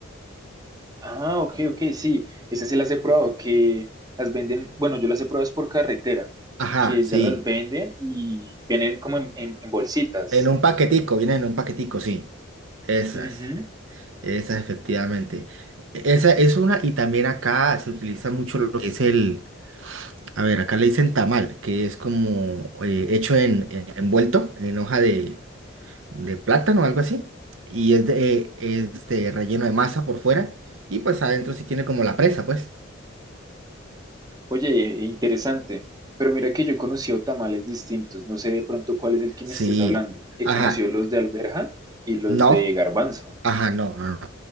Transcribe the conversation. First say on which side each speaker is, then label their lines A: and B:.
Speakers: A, on the right; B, on the right.
A: Ah, ok, ok, sí. Esas sí las he probado, que las venden, bueno, yo las he probado es por carretera,
B: Ajá,
A: que
B: sí.
A: ya las venden y vienen como en, en- en bolsitas.
B: En un paquetico, vienen en un paquetico, sí. Esas,
A: Ujú.
B: esas efectivamente. E, Esa es una, y también acá se utiliza mucho lo que es el, a ver, acá le dicen tamal, que es como eh, hecho en, en- envuelto en hoja de, de plátano o algo así, y es de, eh, este, relleno de masa por fuera, y pues adentro sí tiene como la presa, pues.
A: Oye, interesante. Pero mira que yo he conocido tamales distintos. No sé de pronto cuál es el que
B: Sí,
A: me estés hablando. He
B: ajá,
A: conocido los de alberja y los
B: no,
A: de garbanzo.
B: ajá, no, no, no.